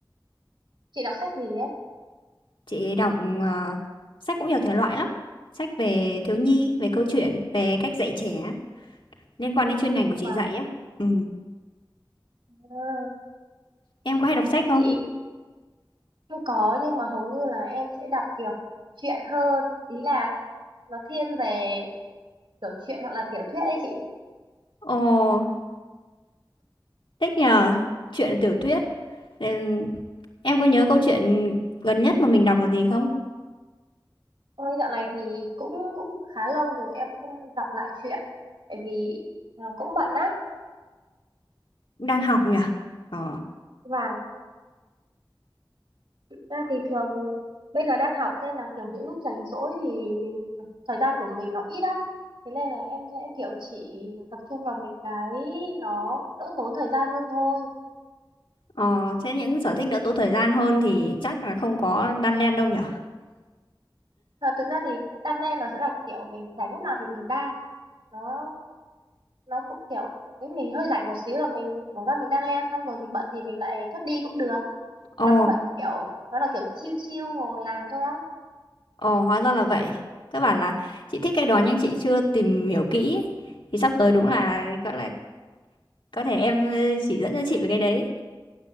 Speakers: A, on the right; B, on the left.
A: chị đọc sách gì đấy
B: Chị đọc ờ, sách cũng nhiều thể loại lắm. Sách về thiếu nhi, về câu chuyện, về cách dạy trẻ. liên quan đến chuyên ngành của chị
A: Wow.
B: dạy á. Ừ.
A: À,
B: Em có hay đọc sách không?
A: chị Không có nhưng mà hầu như là em sẽ đọc kiểu truyện hơn ý là nó thiên về kiểu truyện hoặc là tiểu thuyết ấy chị
B: Ồ, thích nhờ. Chuyện tiểu thuyết. Ừ, Em có nhớ câu chuyện gần nhất mà mình đọc là gì không?
A: ôi dạo này thì cũng cũng khá lâu rồi em không đọc lại truyện tại vì à, cũng bận á
B: Cũng Đang học nhỉ? Ờ.
A: và thực ra thì thường bây giờ đang học nên là kiểu những lúc rảnh rỗi thì mình thời gian của mình nó ít á thế nên là em sẽ kiểu chỉ tập trung vào mấy cái nó đỡ tốn thời gian hơn thôi
B: Ờ, thế những sở thích đỡ tốn thời gian hơn thì chắc là không có đan len đâu nhỉ?
A: và thực ra thì đan len nó sẽ là kiểu mình rảnh lúc nào thì mình đan nó nó cũng kiểu nếu mình hơi rảnh một xíu là mình bỏ ra mình đan len xong rồi mình bận thì mình lại cất đi cũng được
B: Ồ,
A: nó không phải kiểu nó là kiểu chill chill ngồi làm thôi á
B: ồ hóa ra là vậy. Các bạn là chị thích cái đó nhưng chị chưa tìm hiểu kỹ. ấy. Thì sắp tới đúng là có là có thể em ừ, chỉ dẫn cho chị về cái đấy.